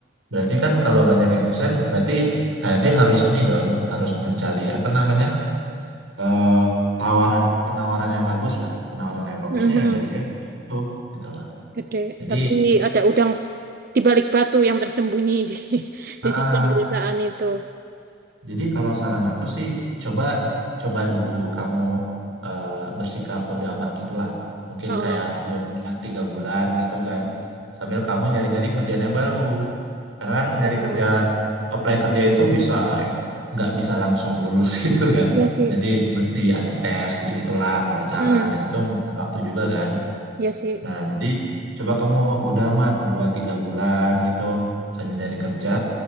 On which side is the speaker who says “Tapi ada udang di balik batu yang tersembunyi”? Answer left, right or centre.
Right